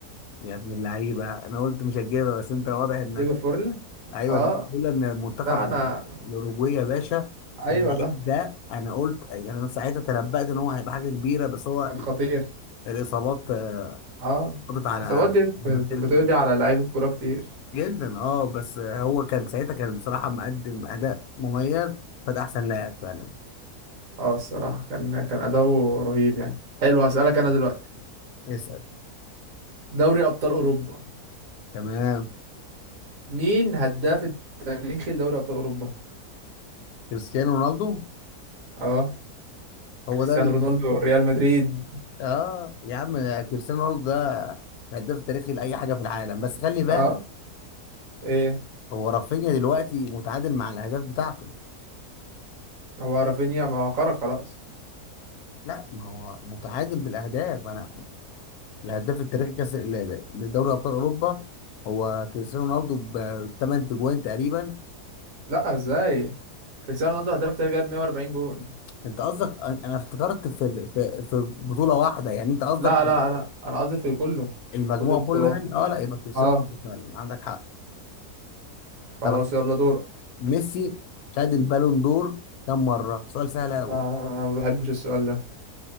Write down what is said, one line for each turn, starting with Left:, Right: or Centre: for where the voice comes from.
Left: يا ابن اللعيبه انا قلت مش هتجيبها بس انت واضح انك
Right: ديجو فورلان
Left: ايوه
Right: اه
Left: دي بقول ان المنتخب
Right: لا أنا
Left: الاوروجواي يا باشا
Right: أيوه
Left: اللعيب
Right: صح
Left: ده انا قلت يعني انا ساعتها تنبأت ان هو هيبقى حاجه كبيره بس هو
Right: كان
Left: للاسف
Right: خطير
Left: الاصابات آه،
Right: اه
Left: قضت على
Right: الإصابات دي بت-
Left: على مسيرته
Right: بتقضي على لعيبة كورة كتير
Left: جدا اه بس آه، هو كان ساعتها كان بصراحه مقدم اداء مميز فده احسن لاعب فعلا
Right: اه الصراحة كان كان أداؤه رهيب يعني حلو هسألك أنا دلوقتي
Left: اسال
Right: دوري أبطال أوروبا
Left: تمام
Right: مين هداف التاريخي لدوري أبطال أوروبا
Left: كريستيانو رونالدو
Right: اه
Left: هو
Right: كريستيانو
Left: ده اللي
Right: رونالدو ريال مدريد
Left: اه يا عم كريستيانو رونالدو ده هداف تاريخي لاي حاجه في العالم بس خلي بالك
Right: اه ايه
Left: هو رافينيا دلوقتي متعادل مع الاهداف بتاعته
Right: هو رافينيا ما خرج خلاص
Left: لا ما هو متعادل بالاهداف انا الهداف التاريخي كاس ل- ل- لدوري ابطال اوروبا هو كريستيانو رونالدو ب 8 تجوان تقريبا
Right: لا ازاي كريستيانو رونالدو هداف التاريخي جاب 140 جون
Left: انت قصدك انا أنا افتكرت في في في بطوله واحده يعني انت قصدك
Right: لا لا لا انا قصدي في كله
Left: المجموع
Right: كل البطولات
Left: كله يعني اه لا يبقى كريستيانو
Right: اه
Left: رونالدو فعلا عندك حق
Right: خلاص
Left: طب
Right: يلا دورك
Left: ميسي خد البالون دور كم مره سؤال سهل قوي
Right: آه، ما بحبش السؤال ده